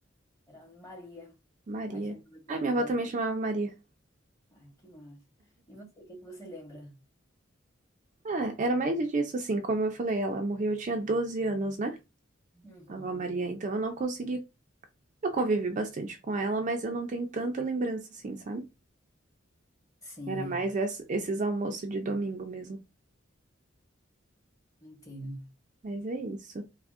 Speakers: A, on the left; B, on the right.
A: Era Maria.
B: Maria.
A: Aí chamava de
B: Ah,
A: Lia.
B: minha avó também chamava Maria.
A: Ai, que massa. E você, o que que você lembra?
B: Ah, era mais disso, assim, como eu falei, ela morreu, eu tinha 12 anos, né?
A: Uhum,
B: A avó
A: uhum.
B: Maria, então eu não consegui. Eu convivi bastante com ela, mas eu não tenho tanta lembrança, assim, sabe?
A: Sim,
B: Era mais ess- esses almoços de domingo mesmo.
A: entendo.
B: Mas é isso.